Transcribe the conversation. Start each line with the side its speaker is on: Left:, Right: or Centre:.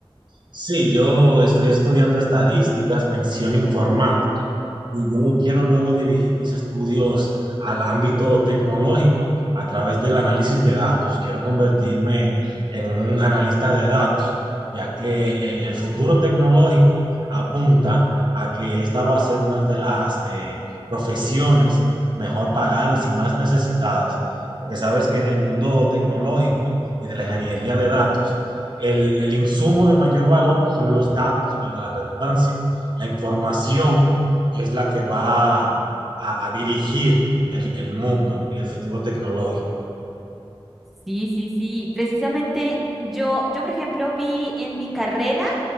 Right: Sí, yo estoy estudiando estadísticas, mención informática, y yo quiero luego dirigir mis estudios al ámbito tecnológico a través del análisis de datos. Quiero convertirme en un analista de datos, ya que eh, el futuro tecnológico apunta a que esta va a ser una de las eh, profesiones mejor pagadas y más necesitadas, porque sabes que en el mundo tecnológico y de la ingeniería de datos, el, el insumo de mayor valor son los datos, valga la redundancia. La información es la que va a, a dirigir el, el, mundo y el futuro tecnológico.
Centre: Sí, sí, sí. Precisamente yo, yo, por ejemplo, vi en mi carrera